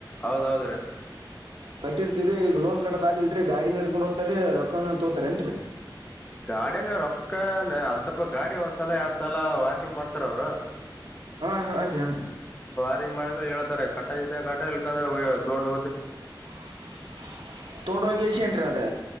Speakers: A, on the left; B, on the right.
A: ಹೌದೌದ್ರೀ
B: ಕಟ್ಟಿರ್ತಿವ್ರೀ ಈಗ ಲೋನ್ ಕಡದ ಆಗ್ ಇಲ್ರರಿ ಗಾಡಿನ ಇಡ್ಕೊಂಡ್ ಹೋಗ್ತಾರ ರೊಕಮನ್ ತೋತಾರೇಏನ್ರರಿ
A: ಗಾಡಿಯನ ರೊಕ್ಕ ಅಂತಪ್ಪ ಗಾಡಿ ಒಂದ್ಸಲ ಎರಡ್ ಸಲ ವಾರ್ನಿಂಗ್ ಮಾಡ್ತಾರ ಅವರು
B: ಹಾ ಹ ರಾ.
A: <inaudible> ಮಾಡಿದೇಳ್ತಾರೆ ಕಟ್ಟ ಜ ಕ್ರೆ ತೊಂಡ
B: <inaudible> ಎಷ ನ್ರಿ ಅದ